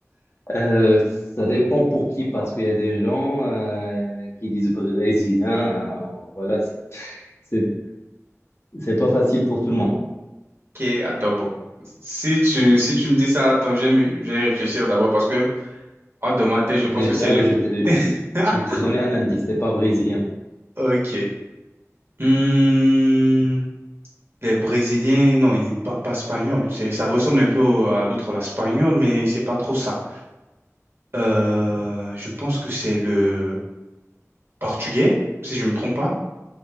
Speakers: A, on the left; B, on the right.
A: Euh, ça dépend pour qui, parce qu'il y a des gens euh, qui disent brésilien, euh, voilà, c'est <laughs> c'est- c'est pas facile pour tout le monde.
B: Ok, attends, bon. Si tu, si tu me dis ça, attends, je vais, me- je vais réfléchir d'abord parce que hors de ma tête, je pense
A: Déjà,
B: que c'est le...
A: je t'ai
B: <laughs>
A: je t'ai donné un indice, c'est pas brésilien.
B: Ok. Hmm, les Brésiliens, non, ils ne parlent pas espagnol. C'est, ça ressemble un peu au- à l'autre, l'espagnol, mais c'est pas trop ça. Euh, je pense que c'est le portugais, si je me trompe pas.